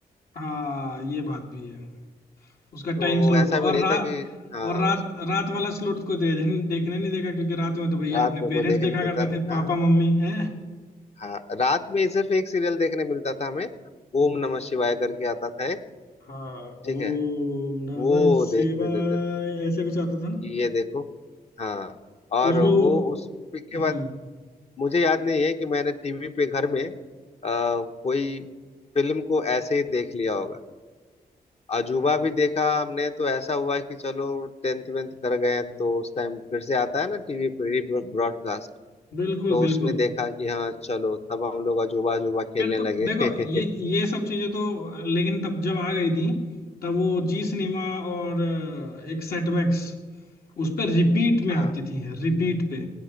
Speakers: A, on the left; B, on the left.
A: हाँ ये बात भी है उसका टाइम
B: तो
A: स्लॉट
B: ऐसा
A: तो
B: भी
A: और
B: नहीं
A: रात
B: था कि हाँ
A: और रात
B: उस-
A: रात वाला स्लॉट को दे, देखने नहीं देगा क्योंकि रात में तो भैया
B: रात
A: अपने
B: में
A: पेरेंट्स
B: कोई देखने
A: देखा
B: देता
A: करते
B: नहीं
A: थे
B: था
A: पापा मम्मी है
B: हाँ रात में सिर्फ एक सीरियल देखने मिलता था हमें
A: हम्म,
B: ओम नमः शिवाय करके आता था एक
A: हाँ
B: ठीक
A: ओम
B: है
A: नमः
B: वो
A: शिवाय
B: देखने देते थे
A: ऐसे कुछ आता था ना
B: कि ये देखो हाँ और
A: उसमें
B: वो
A: वो
B: उस के
A: हम्म
B: बाद मुझे याद नहीं है कि मैंने टीवी पे घर में आ, कोई फिल्म को ऐसे ही देख लिया होगा अजूबा भी देखा हमने तो ऐसा हुआ कि चलो टेंथ वेंथ कर गए तो उस टाइम फिर से आता है ना टीवी पे री ब्रॉडकास्ट
A: बिल्कुल
B: तो
A: बिल्कुल
B: उसमें देखा कि हाँ चलो तब हम लोग अजूबा अजूबा खेलने
A: फिर तो
B: लगे
A: देखो ये
B: <laughs>
A: ये सब चीजें तो लेकिन तब जब आ गई थी तब वो जी सिनेमा और अ, एक सेटमैक्स उस पर रिपीट में
B: हाँ
A: आती थी रिपीट पे